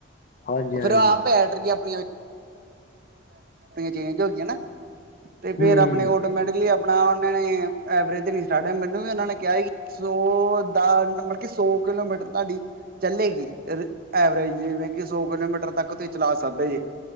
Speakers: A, on the left (about 40°); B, on the right (about 45°).
A: ਹਾਂਜੀ ਹਾਂਜੀ
B: ਫੇਰ ਆਪ <unintelligible> ਵੀ ਚੇਂਜ ਹੋ ਗਈਆਂ ਨਾ ਤੇ ਫੇਰ
A: ਹੂੰ
B: ਆਪਣੇ ਆਟੋਮੈਟਿਕ ਕਿ ਆਪਣਾਂ ਉਹਨਾ ਨੇ ਐਵਰੇਜ ਨਹੀਂ ਸ਼ਟਾਰਟ, ਮੈਨੂੰ ਵੀ ਉਹਨਾਂ ਨੇ ਕਿਹਾ ਈ, ਸੌ ਦਾ ਮਤਲਬ ਕੀ ਸੌ ਕਿਲੋਮੀਟਰ ਤਹਾਡੀ, ਚੱਲੇਗੀ, ਐਵਰੇਜ ਜਿਵੇਂ ਕਿ ਸੌ ਕਿਲੋਮੀਟਰ ਤੱਕ ਤੁਸੀਂ ਚਲਾ ਸਕਦੇ ਜੇ